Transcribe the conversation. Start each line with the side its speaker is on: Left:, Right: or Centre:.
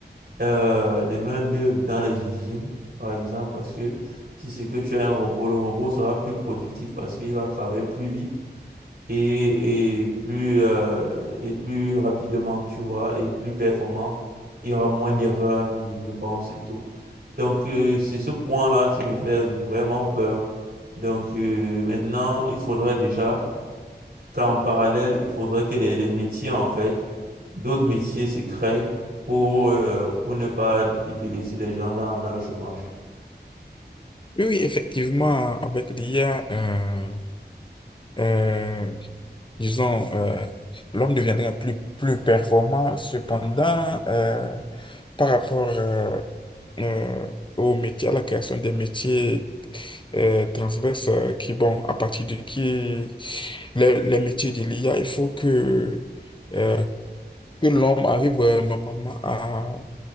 Right: euh, de main-d'œuvre dans les usines, par exemple, parce que si c'est que tu as un robot, le robot sera plus productif parce qu'il va travailler plus vite et, et plus, euh, et plus rapidement, tu vois, et plus performant. Il y aura moins d'erreurs, je je pense, et tout. Donc, euh, c'est ce point-là qui me fait vraiment peur. Donc, euh, maintenant, il faudrait déjà qu'en parallèle, il faudrait que les, les métiers, en fait, d'autres métiers se créent pour, euh, pour ne pas délaisser des gens dans, dans le chômage. <laughs>
Left: Oui, oui, effectivement, avec l'IA, euh, euh, disons, euh, l'homme deviendra plus, plus performant. Cependant, euh, par rapport euh, euh, au métier, à la création des métiers, euh, transverse euh, qui, bon, à partir de qui les, les métiers de l'IA, il faut que, euh, que l'homme arrive euh, normalement à,